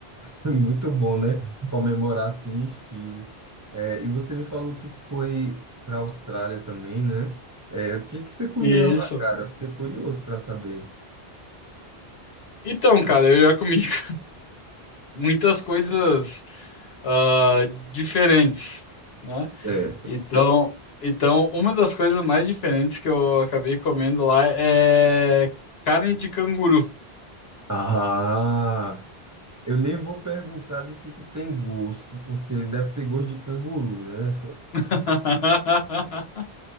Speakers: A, on the right (about 25°); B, on the left (about 75°).
A: É <laughs> muito bom, né? Comemorar assim em estilo. É, e você me falou que foi para a Austrália também, né? É, o que que você comia
B: e
A: lá,
B: isso.
A: cara? Eu fiquei curioso para saber.
B: Então, cara, eu já comi <laughs> muitas coisas ah, diferentes, né?
A: Certo.
B: Então, então, uma das coisas mais diferentes que eu acabei comendo lá é carne de canguru.
A: Ah, eu nem vou perguntar de que que tem gosto, porque deve ter gosto de canguru, né?
B: <laughs>